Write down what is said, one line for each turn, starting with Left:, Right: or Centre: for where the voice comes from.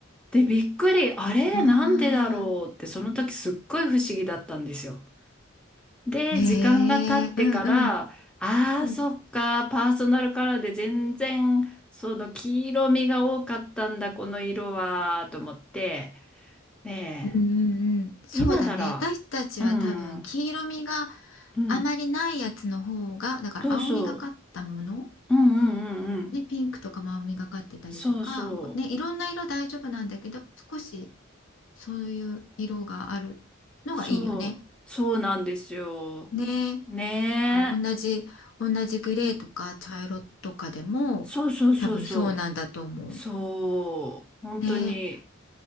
Centre: で、びっくり、あれ、
Left: ああ
Centre: なんでだろうって、その時すっごい不思議だったんですよ。で、
Left: ーへえうんうん
Centre: 時間が経ってから、ああ、
Left: うん
Centre: そっか、パーソナルカラーで全然、その黄色みが多かったんだ、この色は、と思って、ね
Left: うんうんうん、そうだね。
Centre: え、今なら、
Left: 私たちは多分黄色みが
Centre: うん、うん、
Left: あまりないやつの方が、だから青みがかったもの、
Centre: そうそう、うんうんうんうん、
Left: ね、ピンクとかも青みがかってたりとか、
Centre: そうそ
Left: ね、いろんな色大丈夫なんだけど、少しそういう色があるのがいいよね。
Centre: う、そう、そうなんですよ。
Left: ね、
Centre: ねえ、
Left: だから同じ、同じグレーとか茶色とかでも多分そうなんだと思う。
Centre: そうそうそうそう、そう、本当に。
Left: ね、